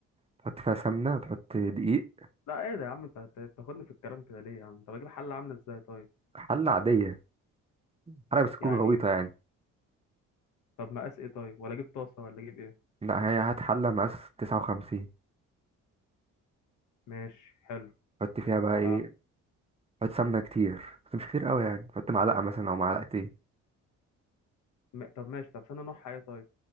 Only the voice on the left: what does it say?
لا ايه ده يا عم انت أنت تاخدني في الكلام كده ليه يا عم طب اجيب حله عامله ازاي طيب
يعني
طب مقاس ايه طيب ولا اجيب طاسه ولا اجيب ايه
ماشي حلو
و...
م- طب ماشي طب سمنه نوعها ايه طيب